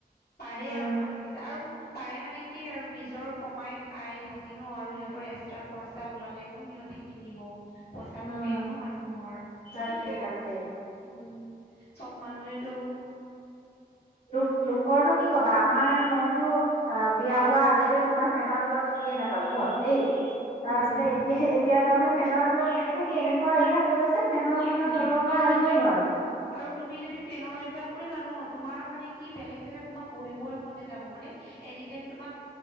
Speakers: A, on the left; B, on the left.
A: পাৰে
B: উম
A: আৰু মানুহকেইটা আৰু পাৰে মানে কি আৰু নিজৰ কমাই খাই সিহতিনো আৰু সিহতৰ এক্সট্ৰা খৰ্চা ওলালেনো সি সিহতি কিনিব পইচাটো
B: উম
A: মেন ন মানুহৰ
B: তাকে
A: সেইটোয়ে
B: তাকে
A: আৰু উম। চব মানুহেটো
B: দুখ ঘৰতটো কি ক'বা আমাৰ মইতো অ, বিয়া হোৱা আগতে তোমাৰ ফেনৰ তলত থাকিয়ে নাপালো ঘৰত। দেই তাৰপিছতে
A: উম
B: এতিয়া এতিয়া তাৰমানে ফেনৰ তলত থাকি - থাকি এনেকুৱা অলভাৱ হৈ গৈছে। ফেনৰ খনৰ
A: উম
B: তলৰ পৰা আহিবই নোৱাৰো
A: আৰু তুমি যদি ফেনৰ অভ্যয়াস কৰিবা ন। তোমাৰ মানে কি বেলেগ জেগাত তোমাক বহিবই মন নাযাব মানে এনি টাইম তোমাক